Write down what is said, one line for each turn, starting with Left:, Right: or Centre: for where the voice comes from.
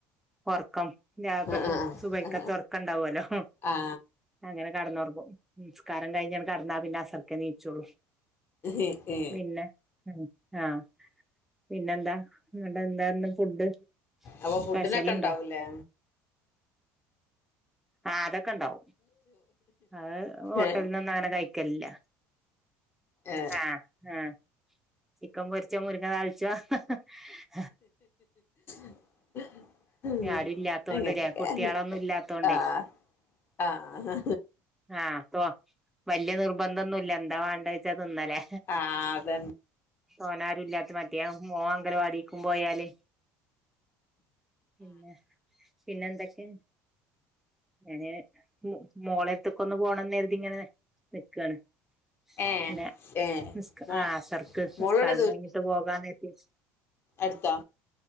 Centre: ഒറക്കം രാ പാ
Left: ആ ആ
Centre: സുബയി
Left: ആ
Centre: ക്കത്തെ ഒറക്കണ്ടാവല്ലോ
Left: ആ
Centre: അങ്ങനെ കടന്നോർങ്ങും നിസ്കാരം കഴിഞ്ഞങ്ങട്ട് കടന്നാ പിന്നെ അസർക്കെ നീച്ചോള്ളൂ
Left: ഏ ഏ
Centre: പിന്നെ ഹ്മ്മ് ആഹ്. പിന്നെന്താ ഇങ്ങട്ട് എന്തായിരുന്നു ഫുഡ്
Left: അപ്പൊ ഫുഡിനൊക്കെ
Centre: സ്പെഷ്യൽ ഉണ്ടോ
Left: ഇണ്ടാവൂലേ
Centre: ആഹ് അതൊക്കെ ഇണ്ടാവും. അത് ഹോട്ടലിൽനൊന്നും
Left: ഏ
Centre: അങ്ങനെ കഴി ക്കല്ലാ.
Left: ഏ
Centre: ആഹ് ആഹ് ചിക്കം പൊരിച്ചോ മുരിങ്ങ താളിച്ചാ ആഹ്
Left: <inaudible>
Centre: ആരും ഇല്ലാത്തോണ്ട്
Left: അങ്ങനൊക്കെതന്നെ
Centre: കുട്ടികളൊന്നും ഇല്ലാത്തോണ്ടേ
Left: ആഹ് ആഹ്
Centre: ആഹ് തോ വല്യ നിർബന്ധൊന്നുല്ല എന്താ വണ്ടേച്ചാ തിന്നലേ
Left: ആ അതന്നെ
Centre: തോനാരും ഇല്ലാത്ത മതിയാ മോൻ അംഗലവാടിക്കും പോയാല് പിന്നെ പിന്നെന്തൊക്കെ ഞാന് മോ മോളട്ത്ത്ക്കൊന്ന് പോണംന്നെരുതി ഇങ്ങനെ നിക്കാണ്.
Left: ഏ
Centre: പിന്നെ
Left: ഏ
Centre: നിസ്കാ
Left: മോ
Centre: ആഹ് അസർക്ക് നിസ്കാലം
Left: മോളോടെ
Centre: കഴിഞ്ഞിട്ട് പോകാന്ന് കരുതി
Left: അട്ത്തോ